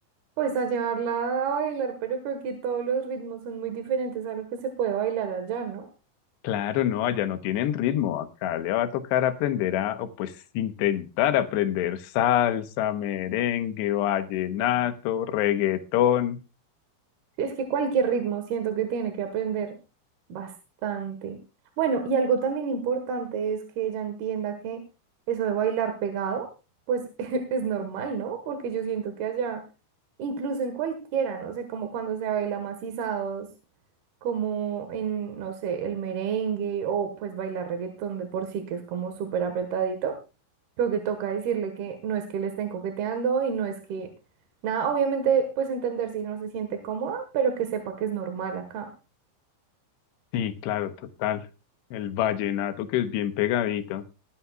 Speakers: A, on the right; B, on the left.
A: pues a llevarla a bailar, pero creo que todos los ritmos son muy diferentes a lo que se puede bailar allá, ¿no?
B: Claro, no, allá no tienen ritmo. Acá le va a tocar aprender a, o pues intentar aprender salsa, merengue, vallenato, reggaetón.
A: Sí, Es que cualquier ritmo siento que tiene que aprender bastante. Bueno, y algo también importante es que ella entienda que eso de bailar pegado, pues <laughs> es normal, ¿no? Porque yo siento que allá, incluso en cualquiera, no sé, como cuando se baila macizados, como en, no sé, el merengue o pues bailar reggaetón de por sí, que es como súper apretadito, creo que toca decirle que no es que le estén coqueteando y no es que nada, obviamente pues entender si no se siente cómoda, pero que sepa que es normal acá.
B: Sí, claro, total. El vallenato que es bien pegadito.